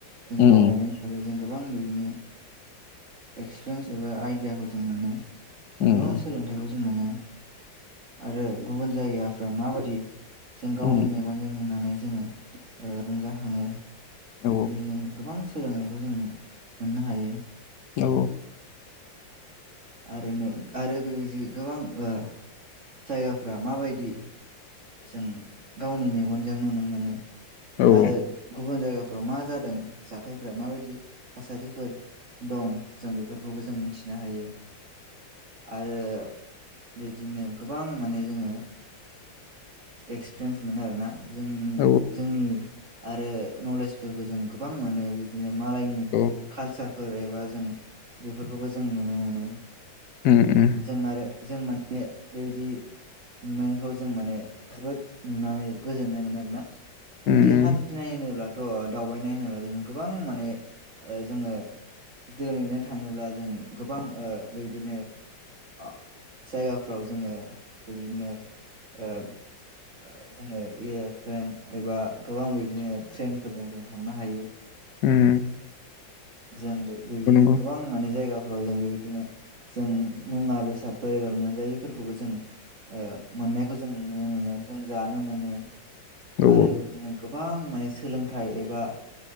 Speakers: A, on the right; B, on the left.
A: जों
B: उम
A: दावबायनाय हिसाबै जों गोबां बिदिनो एक्सपिरियेन्स एबा आइडियाखौ जों मोनो जों
B: उम
A: गोबां सोलोंथाइखौ जों मानो । आरो गुबुन जायगाफ्रा माबायदि? जों गावनि
B: उम
A: मेगनजों नुनानै जोङो रंजाखाङो। बेबायदिनो
B: औ
A: जों गोबां सोलोंनायखौ जों मोननो हायो।
B: औ।
A: आरो नो आरो बेबायदि गोबां ओ जायगाफ्रा माबायदि? जों गावनि मेगन गनजों नुनो मोनो।
B: औ
A: आरो गुबुन जायगा फाव मा जादों जाथायफोरा माबायदि थासारिफोर दं जों बेफोरखौबो जों मिथिनो हायो आरो बिदिनो गोबां माने जोङो एक्सपिरियेन्स मोनो आरोना। जों
B: औ
A: जोंनि। आरो नलेजफोरबो जों गोबां मोनो बिदिनो। मालायनि
B: औ
A: कालचार। फोर एबा जों बेफोरखौबो जों नुनो मोनो।
B: उम उम
A: जों आरो। जों माने बेबायदि ममेन्टखौ जों माने जोबोद नुनानै गोजोननाय मोनो आरोना। बिबायदि
B: उम
A: हान्थिनाय होनोब्ला। थ दावबायनाय होनोब्ला जों गोबां माने ओ जोङो दोनैनो थाङोब्ला जों गोबां ओ बिबदिनो आं जायगाफ्राव जोङो बिबदिनो ओ ओ जोङो एयार'प्लेन एबा गोबां बिदिनो ट्रेनफोरजों जों थांनो हायो।
B: उम
A: जों बे बिदिनो
B: नंगौ नंगौ
A: गोबां माने जायगा। फोराव जों बेबायदिनो जों मुवा बेसादफोर <unintelligible> मोनजायैफोरखौबो जों ओ मोननायखौ जों नुनो मोनो जों जानो मोनो।
B: औ
A: आरो बेबायदिनो गोबां माने सोलोंथाइ एबा